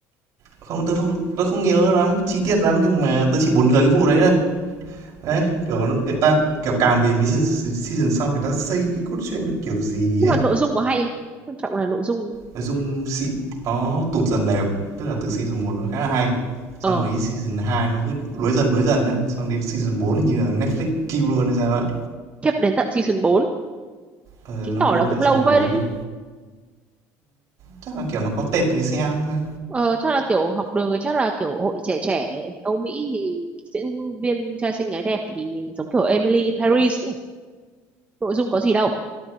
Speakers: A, on the right; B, on the right.
A: không tôi không tôi không nhớ lắm chi tiết lắm nhưng mà tôi chỉ buồn cười cái vụ đấy thôi đấy kiểu nó người ta kiểu càng về mấy season, season sau người ta xây cái cốt truyện nó kiểu gì
B: nhưng
A: ấy
B: mà nội dung có hay không quan trọng là nội dung
A: Nói chung nó tụt dần đều, tức là từ season một nó khá là hay. Xong
B: ờ
A: mấy season 2 nó cứ đuối dần đuối dần ấy, xong đến season 4 thì như là Netflix kill luôn hay sao ạ.
B: khiếp đến tận season 4,
A: Ừ,
B: chứng
A: nó
B: tỏ
A: bôi
B: là
A: đến
B: cũng
A: tận season
B: lâu phết
A: 4
B: đấy chứ
A: rồi. Chắc là kiểu nó có tệp người xem thôi.
B: ờ chắc là kiểu học đường thì chắc là kiểu hội trẻ trẻ Âu Mỹ thì diễn viên trai xinh gái đẹp thì giống kiểu Emily in Paris ấy. nội dung có gì đâu